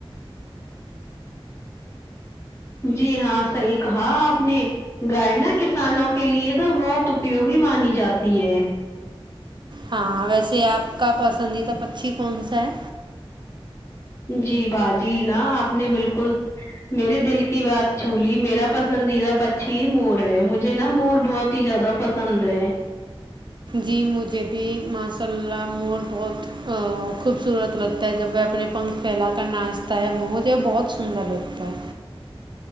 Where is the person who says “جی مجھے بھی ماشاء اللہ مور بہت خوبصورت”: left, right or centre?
Right